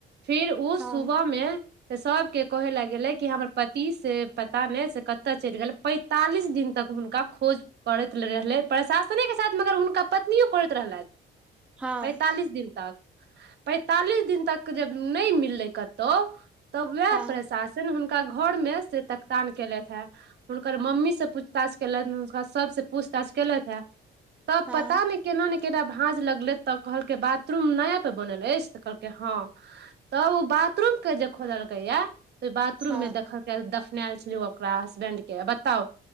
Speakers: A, on the right; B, in the centre.
A: फिर उ
B: हँ
A: सुबहमे त सब के कहै लेए गेलै कि हमर पति से पता नै से कत चलि गेलै पै तालीस दिन तक हुनका खोज करैत रहलै प्रशासने के साथ मगर हुनका पत्नियो करैत रहलथि
B: हँ
A: पैंतालिस दिन तक पैंतालीस दिन तक जे नै मिललै कतहु त वएह
B: हँ हँ
A: प्रशासन हुनका घर मे से तकतान केलथि हेए हुनकर मम्मी से पूछताछ केलैन हुनका सब से पूछताछ केलथि हैं तब
B: हँ
A: पता नै केना नै केना भाँज लगलै तऽ कहलकै बाथरूम नया त बनल अछि तऽ कहलकै हँ तब उ बाथरूम के जे खोदलकै यातायात ओय बाथरूम
B: हँ
A: मे देखल दफनेएल छलै ओकरा हसबैंड के बताउ